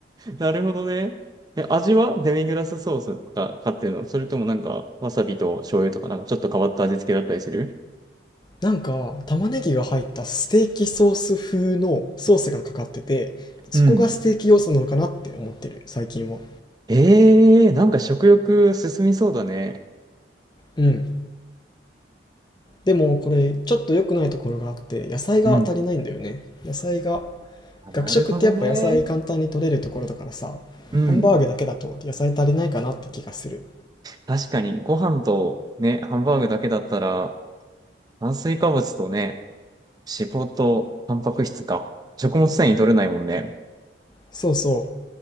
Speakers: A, on the right; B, on the left.
A: なるほどね。え、味はデミグラスソースとか買ってるのそれともなんかわさびと醤油とかなんかちょっと変わった味付けだったりする
B: なんか、玉ねぎが入ったステーキソース風のソースがかかってて、そこがステーキ要素なのかなって思ってる、
A: うん。
B: 最近は。
A: ええー、なんか食欲進みそうだね。
B: うん。でも、これ、ちょっと良くないところがあって、野菜が足りないんだよね。
A: うん。
B: 野菜が、
A: あ、
B: 学食ってやっぱ野菜簡単に取れるところだからさ、
A: なるほどね。うん。
B: ハンバーグだけだと野菜足りないかなって気がする。
A: 確かにご飯とね、ハンバーグだけだったら炭水化物とね、脂肪とタンパク質か。食物繊維取れないもんね。
B: そうそ